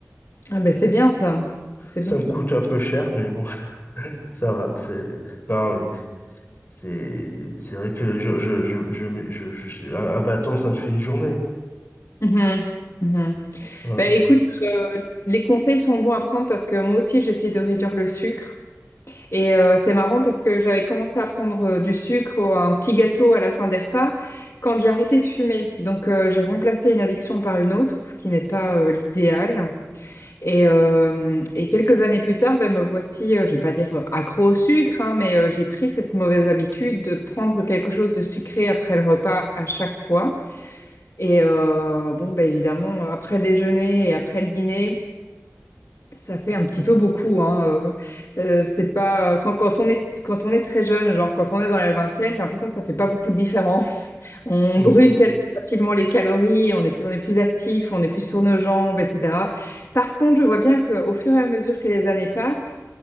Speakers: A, on the left; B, on the left.
A: Ah ben c'est bien ça. C'est
B: Ça
A: bien.
B: me coûte un peu cher, mais bon, <laughs> ça va. C'est non, mais C'est c'est vrai que je, je, je, je, je- je- je- un un bâton, ça me fait une journée.
A: Mhm. Mhm.
B: Voilà.
A: Bah, écoute, euh, les conseils sont bons à prendre parce que moi aussi j'essaie de réduire le sucre. Et euh, c'est marrant parce que j'avais commencé à prendre euh, du sucre, ou un petit gâteau à la fin des repas, quand j'ai arrêté de fumer. Donc euh, j'ai remplacé une addiction par une autre, ce qui n'est pas euh, l'idéal. Et, euh, et quelques années plus tard, ben me voici, euh, je vais pas dire euh, accro au sucre, hein, mais euh, j'ai pris cette mauvaise habitude de prendre quelque chose de sucré après le repas à chaque fois. Et euh, bon, ben évidemment, après le déjeuner et après le dîner. Ça fait un petit peu beaucoup, hein. euh, euh, c'est pas quand, quand on est quand on est très jeune, genre quand on est dans la vingtaine, j'ai l'impression que ça fait pas beaucoup de différence. <laughs> On
B: Mm.
A: brûle tellement facilement les calories, on est on est plus actif, on est plus sur nos jambes, etc. Par contre, je vois bien qu'au fur et à mesure que les années passent,